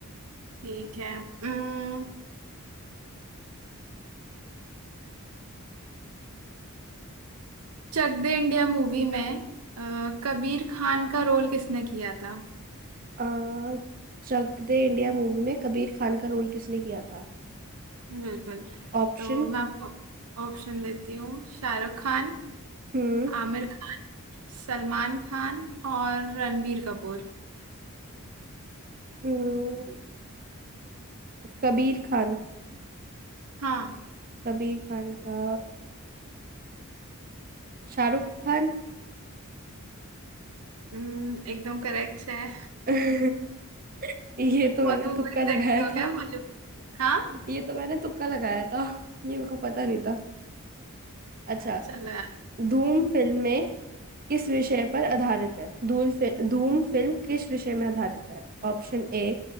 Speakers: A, on the right; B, on the right.
A: ठीक है अम्म, चक दे इंडिया मूवी में अ, कबीर खान का रोल किसने किया था
B: आ चक दे इंडिया मूवी में कबीर खान का रोल किसने किया था
A: बिल्कुल
B: ऑप्शन
A: तो मैं आपको ऑप्शन देती हूँ शाहरुख खान
B: हम्म
A: आमिर खान सलमान खान और रणबीर कपूर
B: हम्म, कबीर खान
A: हाँ
B: कबीर खान का शाहरुख खान
A: हम्म, एकदम करेक्ट है
B: <laughs> ये तो मैंने
A: बहुत दूर
B: तुक्का लगाया
A: देखते हो क्या
B: था
A: बॉलीवुड हाँ
B: ये तो मैंने तुक्का लगाया था ये मेरे को पता नहीं था अच्छा
A: चलो यार
B: धूम फिल्म में किस विषय पर आधारित है धूल फि, धूम फिल्म किस विषय में आधारित है Option A